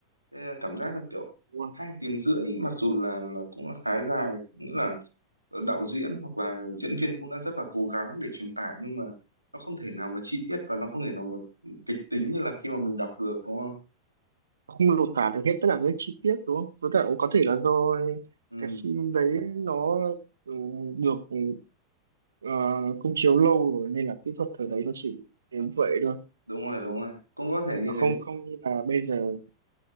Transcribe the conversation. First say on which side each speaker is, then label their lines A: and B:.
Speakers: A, on the right; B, on the right.
A: Thế là cảm giác là kiểu
B: đúng rồi.
A: hai tiếng rưỡi mặc dù là là cũng là khá dài nghĩa là ờ, đạo diễn hoặc là diễn viên cũng đã rất là cố gắng để truyền tải nhưng mà nó không thể nào mà chi tiết và nó không thể nào mà kịch tính như là khi mà mình đọc được đúng không?
B: không lột tả được hết tất cả những chi tiết đúng không? Với cả cũng có thể là do
A: Ừ,
B: cái phim đấy nó ừ, được ừ, ờ, công chiếu lâu rồi nên là kỹ thuật thời đấy nó chỉ đến vậy thôi
A: đúng rồi đúng rồi cũng có thể
B: nó
A: như
B: không
A: thế.
B: không như là bây giờ